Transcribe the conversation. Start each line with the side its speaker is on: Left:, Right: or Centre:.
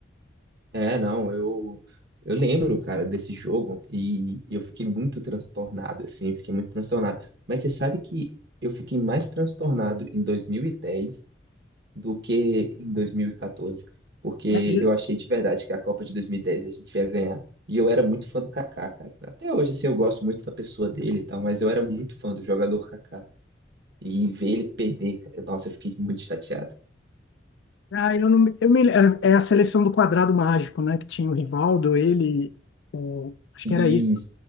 Right: É, não, eu, eu lembro, cara, desse jogo e eu fiquei muito transtornado, assim, fiquei muito transtornado. Mas você sabe que eu fiquei mais transtornado em 2010 do que em 2014, porque
Left: É. Mesmo-
Right: eu achei de verdade que a Copa de 2010 a gente ia ganhar. E eu era muito fã do Kaká, cara. Até hoje, assim, eu gosto muito da pessoa dele e tal, mas eu era muito fã do jogador Kaká. E ver ele perder, cara, nossa, eu fiquei muito chateado.
Left: Ah, eu não, me- eu me, é é a seleção do quadrado mágico, né? Que tinha o Rivaldo, ele, o, acho
Right: E.
Left: que era isso.